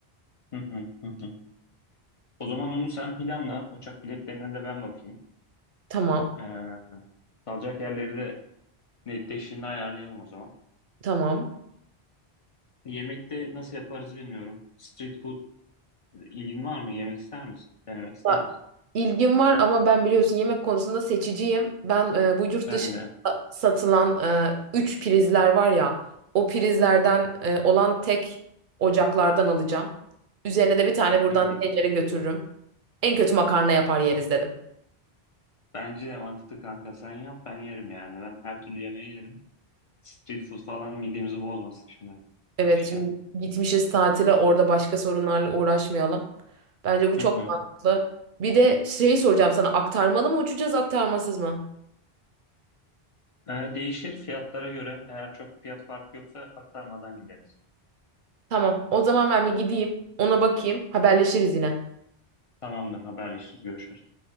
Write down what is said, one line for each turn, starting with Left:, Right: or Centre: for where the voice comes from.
Left: Hı hı hı. hı. O zaman onu sen planla. Uçak biletlerine de ben bakayım.
Right: Tamam,
Left: Ee, kalacak yerleri de netleştiğinde ayarlayalım o zaman.
Right: tamam.
Left: Yemekte nasıl yaparız bilmiyorum. Street food ilgin var mı? Yemek ister misin? Denemek ister
Right: Bak,
Left: misin?
Right: ilgim var ama ben biliyorsun yemek konusunda seçiciyim. Ben e, bu yurt
Left: Ben
Right: dışında
Left: de.
Right: satılan e, üç prizler var ya, o prizlerden e, olan tek ocaklardan alacağım. Üzerine de bir tane buradan
Left: Hı hı.
Right: tencere götürürüm. En kötü makarna yapar yeriz dedim.
Left: Bence de mantıklı kanka. Sen yap ben yerim yani. Ben her türlü yemeği yerim. Street food falan midemizi bozmasın şimdi gitmişken.
Right: Evet şimdi gitmişiz tatile orada başka sorunlarla uğraşmayalım. Bence bu
Left: Hı
Right: çok
Left: hı.
Right: mantıklı. Bir de şeyi soracağım sana aktarmalı mı uçacağız aktarmasız mı?
Left: Ee, değişir fiyatlara göre. Eğer çok fiyat farkı yoksa aktarmadan gideriz.
Right: Tamam o zaman ben bir gideyim ona bakayım haberleşiriz yine.
Left: Tamamdır haberleşiriz görüşürüz.